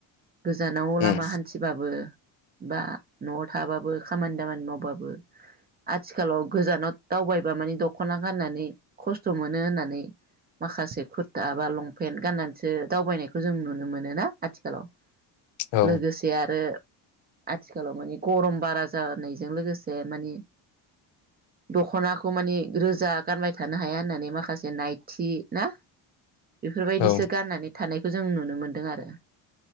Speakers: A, on the right; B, on the left.
A: गोजानाव लामा
B: उम
A: हान्थिबाबो बा न'आव थाबाबो खामानि दामानि मावबाबो आथिखालाव गोजानाव दावबाय बा माने दख'ना गाननानै खस्थ' मोनो होननानै माखासे खुर्था बा लंपेन्ट गाननानैसो दावबायनायखौ जों नुनो मोनो ना आथिखालाव
B: औ
A: लोगोसे आरो आथिखालाव मानि गरम बारा जानायजों लोगोसे मानि दख'नाखौ खौ मानि रोजा गानबाय थानो हाया होननानै माखासे नायथि ना बेफोरबायदिसो
B: औ
A: गाननानै थानायखौ जों नुनो मोनदों आरो